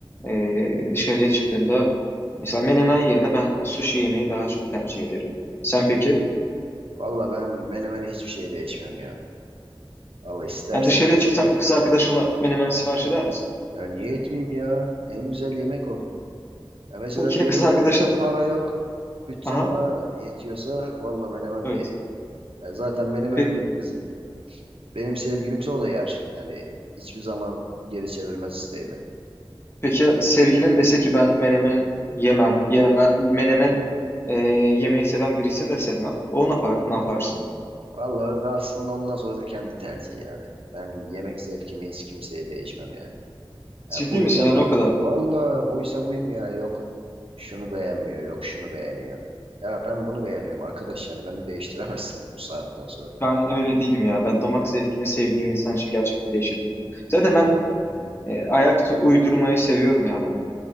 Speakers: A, on the left; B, on the right.
A: e, dışarıya çıktığımda mesela menemen yerine ben sushi yemeyi daha çok tercih ederim. Sen peki?
B: Vallahi ben menemene hiçbir şeye değişmem ya. Allah isterse
A: Yani dışarıya çıksan kız arkadaşınla menemen sipariş eder misin?
B: ya niye etmeyeyim ya? En güzel yemek o. Ya
A: <laughs>
B: mesela
A: Peki
B: diyelim
A: ya kız arkadaşın?
B: cebimde para yok. Bütçem
A: Aha
B: ona yetiyorsa vallahi menemen
A: evet.
B: de yerim. Ya zaten benim önümdeki
A: Pe-
B: kız benim sevgilimse o da yer. Yani hiçbir zaman geri çevirmez isteğimi.
A: Peki sevgilin dese ki ben menemen yemem, yeneme, menemen e, yemeği seven birisini de sevmem. O ne yapar, ne yaparsın?
B: Vallahi aslında ondan sonrası kendi tercihi yani. Ben yemek zevkimi hiç kimseye değişmem yani. Ya
A: Ciddi
B: buysa
A: misin yani
B: buyum.
A: o kadar?
B: Vallahi buysa buyum ya. Yok şunu beğenmiyor, yok şunu beğeniyor. Ya ben bunu beğeniyorum arkadaş yani beni değiştiremezsiniz bu saatten sonra.
A: Ben öyle değilim ya. Ben damak zevkimi sevdiğim insan için gerçekten değişebilir. Zaten
B: Yok.
A: ben
B: Hmm.
A: e, ayak tu- uydurmayı seviyorum ya ben.